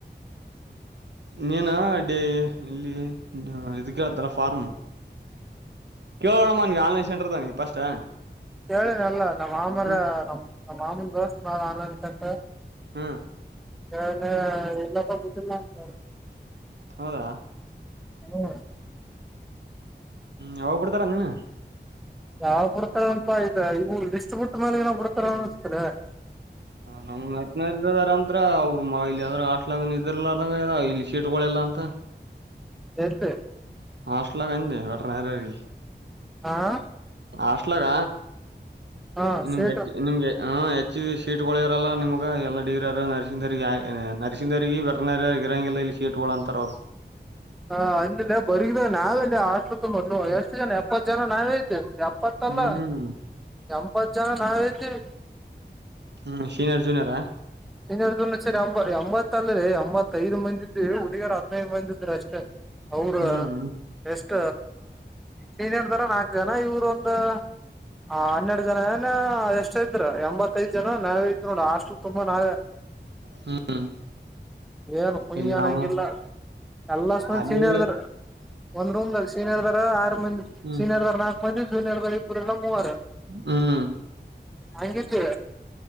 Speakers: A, on the right; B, in the centre.
A: ನೀನು ಡೇ ಇಲ್ಲಿ ಇದು ಕೇಳ್ದಲ್ಲ ಫಾರ್ಮು ಕೇಳೋ ನೋಡಮ್ಮ ಆನ್ಲೈನ್ ಸಂಟರ್ದಾಗ ನಿನ್ ಫಸ್ಟ್
B: ಕೇಳಿನಲ್ಲ ನಮ್ಮ್ ಮಾಮರ
A: ಹ್ಮ್
B: ನಮ್ ನಮ್ಮ್ ಮಾಮನ ದೋಸ್ತನ ಆನ್ಲೈನ್ ಸೆಂಟರ್
A: ಹ್ಮ್
B: ಯ ಎಲ್ಲಪ್ಪ ಗತ್ತಿಲ್ಲಂತ
A: ಹೌದಾ
B: ಹ್ಮ
A: ಹ್ಮ್ ಅವೋಗ್ಬಿಡ್ತಾರಂದಿನ
B: ಯಾವ್ ಬಿಡ್ತಾರ ಅಂತ ಆ್ತ ಇವು ಲಿಸ್ಟ್ ಬಿಟ್ಟ ಮ್ಯಾಲಗ ನಾವ್ ಬಿಡ್ತಾರ ಅನಿಸ್ತದೆ
A: ನಮ್ ನಟನದಾರಂತ್ರ ಅವ್ರರು ಇ ಲಗನ್ ಇದ್ರಲದಂಗ ಇಲ್ಲಿ ಶೀಟ್ಗಳೆಲ್ಲಾ ಅಂತ
B: ಎೇತ <inaudible>
A: ಹಾಸ್ಟಲ್ ಕೆ ವೇಟನರಿ
B: ಹಾ
A: ಹಾಸ್ಟೆಲಾಗ
B: ಹಾ
A: ನಿಮ್ಗೆ
B: ಸೇಟ
A: ನಿಮ್ಗೆ ಹ್ ಹೆಚ್ಚ ಶೀಟ್ಗಳ ಇರಲ್ಲ ನಿಮ್ಗ ಎಲ್ಲ ಡಿಗ್ರಿರ ನರ್ಸಿಂಗ್ ನರ್ಸಿಂಗ್ ಅವ್ರಿಗೆ ವೇಟರ್ನರಿ ಇರಂಗಿಲ್ಲ ಇಲ್ಲಿ ಸೀಟ್ಗಳು ಅಂತಾರ ಅವ್ರು
B: ಹ ಅಲ್ಲಿಲ್ಲ ಬರಗಿದ ನಾವೆಲ್ಲಿ ಹಾಸ್ಟೆಲ್ ಮೊದ್ಲು ಎಷ್ಟು ಜನ ಎಪ್ಪತ್ ಜನ ನಾವೇಯಿದ್ದೇವೆ ಎಪ್ಪತ್ತಲ್ಲ
A: ಹ್ಮ್
B: ಎಂಬತ್ತು ಜನ ನಾವೇಯಿದೀವಿ
A: ಹ್ಮ್ ಸೀನಿಯರ್ ಜೂನಿಯರಾ
B: ಸೀನಿಯರ್ ಜೂನಿಯರ್ ಸೇರಿ ಎಂಬತ್ತ ಅಲ್ರಿ ಎಂಬತ್ತ್ತೈದು್ ಮಂದಿ ಇದವಿ ಹುಡುಗಿಯರ್ ಹದಿನೈದು ಮಂದಿ ಇದರೀ ಅಷ್ಟೇ ಅವರ
A: ಹ್ಮ್
B: ಎಷ್ಟ ಸೀನಿಯರ್ ದರ ನಾಲ್ಕು ಜನ ಇವರ ಒಂದು ಆ ಹನ್ನೆರಡು ಜನ ಏನ ಎಷ್ಟ ಐತ್ ಎಂಬತ್ತೈದ್ ಜನ ನಾವ ಐತ್ ನೋಡ ಹಾಸ್ಟೆಲ್ ತುಂಬಾ ನಾವೇ
A: ಹ್ಮ್
B: ಏನ್ ಕುಯಿನ್
A: ಇಲ್ಲಿ
B: ಏನಂಗಿಲ್ಲ
A: ನಾವು
B: ಎಲ್ಲಷ್ಟಂದ
A: ಅಲ್ಲಿ
B: ಸೀನಿಯರ್ದ್ರ ಒಂದ್ ರೂಮ್ನಾಗ ಸೀನಿಯರ್ ದ ಆರ್ ಮಂದಿ
A: ಹ್ಮ್
B: ಸೀನಿಯರ್ ದ ನಾಕಕ್ ಮಂದಿ ಜೂನಿಯರ್ ಬರಿ ಇಬ್ರಲ್ಲ ಮೂವರು
A: ಹ್ಮ್
B: ಹಂಗ್ ಇದ್ವಿ